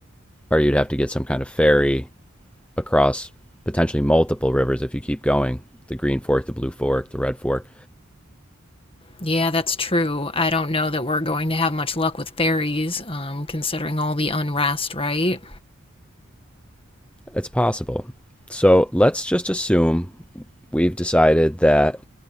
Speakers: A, in the centre; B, on the left.
A: or you'd have to get some kind of ferry across potentially multiple rivers if you keep going the Green Fork, the Blue Fork, the Red Fork.
B: Yeah, that's true. I don't know that we're going to have much luck with ferries, um, considering all the unrest, right?
A: It's possible. So let's just assume we've decided that